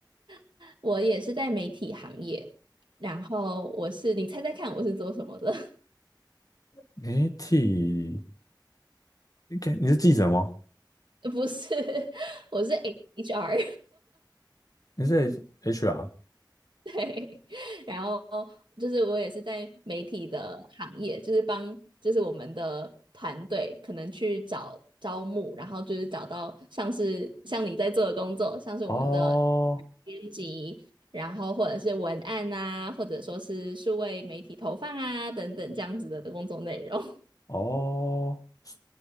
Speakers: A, on the right; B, on the left.
A: <laughs> 我也是在媒体行业，然后我是，你猜猜看我是做什么的？
B: 你替，你看你是记者吗？
A: <laughs> 不是，<laughs> 我是 HR。
B: 你是 HR
A: 对，<laughs> 然后就是我也是在媒体的行业，就是帮就是我们的团队可能去找招募，然后就是找到像是像你在做的工作，像是我们的
B: 哦。
A: 编辑，然后或者是文案啊，或者说是数位媒体投放啊等等这样子的工作内容。<laughs>
B: 哦，是